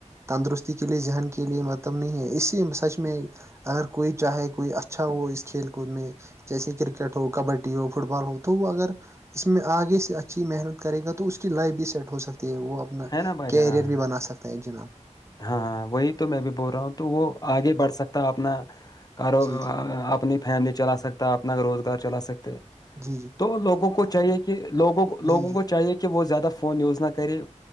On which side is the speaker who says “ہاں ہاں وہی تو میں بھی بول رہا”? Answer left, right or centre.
Left